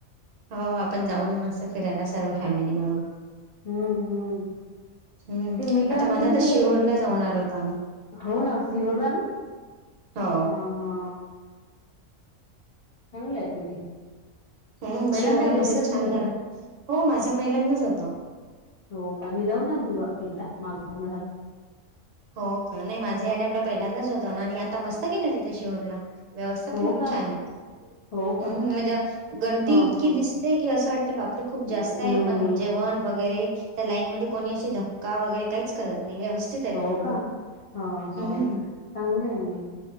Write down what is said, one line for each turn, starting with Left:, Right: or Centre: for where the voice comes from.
Right: हो आपण जाऊन ना मस्त फिरायला सर्व फॅमिली मिळून
Left: हम्म हम्म
Right: हम्म
Left: ते मी काय
Right: आता
Left: म्हणतो
Right: म्हणा
Left: त
Right: तर
Left: ते
Right: शिहोरला जाऊन आलो होतो आम्ही
Left: हो ना सिहोरला ना
Right: हो
Left: हा हा चांगलंय पण ते
Right: हम्म
Left: पहिल्यांदा
Right: शिहोर ला
Left: गेलते
Right: मस्त
Left: का तुम्ही
Right: छान झाला हो माझा पहिल्यांदाच होत
Left: हो का मी जाऊन आलंती बा एकदा माग
Right: हो का नाही माझा या टाइमला पहिल्यांदाच होता ना आणि आता मस्त केलय तिथं शिहोरला व्यवस्था
Left: हो
Right: पण खूप
Left: का
Right: छान आहे
Left: हो
Right: हम्म
Left: का
Right: म्हणजे गर्दी
Left: ह
Right: इतकी
Left: ह
Right: दिसते की असं वाटते बापरे खूप जास्त
Left: हम्म
Right: आहे पण
Left: हम्म
Right: जेवण वर वगैरे त्या लाईन मध्ये कोणी असशी धक्का वगैरे काहीच करत व्यवस्थित आहे
Left: हो
Right: पूर्ण
Left: का ह हो
Right: हम्म
Left: चांगलं आहे मग